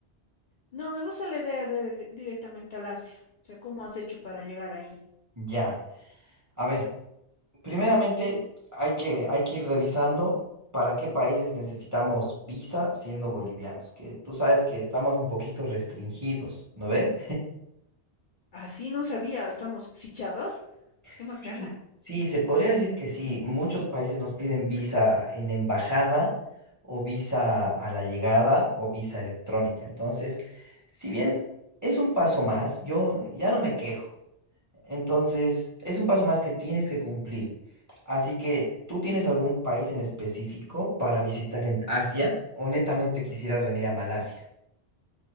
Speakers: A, on the left; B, on the right.
A: No, me gusta la idea de de- directamente al Asia. O sea, ¿cómo has hecho para llegar ahí?
B: Ya. A ver. Primeramente, hay que, hay que ir revisando para qué países necesitamos visa siendo bolivianos, que tú sabes que estamos un poquito restringidos, ¿no ve?
A: Así no sabía, estamos fichados. Qué macana.
B: Sí, Sí, se podría decir que sí. Muchos países nos piden visa en embajada o visa a la llegada o visa electrónica. Entonces, si bien es un paso más, yo ya no me quejo. Entonces, es un paso más que tienes que cumplir. Así que, ¿tú tienes algún país en específico para visitar en Asia o netamente quisieras venir a Malasia?